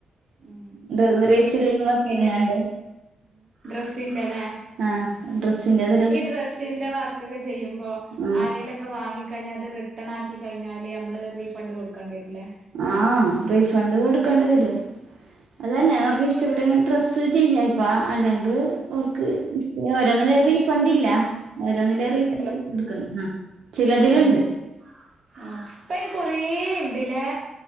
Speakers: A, on the right (about 25°); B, on the right (about 65°).
A: ഉം
B: ഡ്ര റീസെല്ലിങ്ങൊക്കെ ഇല്ലാണ്ട്
A: ഡ്രെസ്സിന്റെ ലേ.
B: ആഹ് ഡ്രസ്സിന്റെത്
A: ഈ ഡ്രസ്സിന്റെ വർക്കൊക്കെ ചെയ്യുമ്പോ
B: ആ
A: ആരെലൊക്കെ വാങ്ങി കഴിഞ്ഞാ അത് റിട്ടൺ ആക്കി കഴിഞ്ഞാല് നമ്മള് റീഫണ്ട് കൊടുക്കണ്ടി വരില്ലേ
B: ആഹ് റീഫണ്ട് കൊടുക്കണ്ടി വരും. അതന്നെ അവർക്ക് ഇഷ്ടപ്പെട്ടങ്കി ഡ്രസ്സ് ചേഞ്ച് ആയെക്കുവ അല്ലെങ്കി ഓർക്ക് ഓരോന്നിന് റീഫണ്ട് ഇല്ല ഓരോന്നില് റീ ഫണ്ട് കൊടുക്കുന്ന്. ആഹ് ചിലതിലിണ്ട്.
A: ആഹ് ആഹ് ഇപ്പയ്ന് കൊറേ ഉണ്ട് ലേ.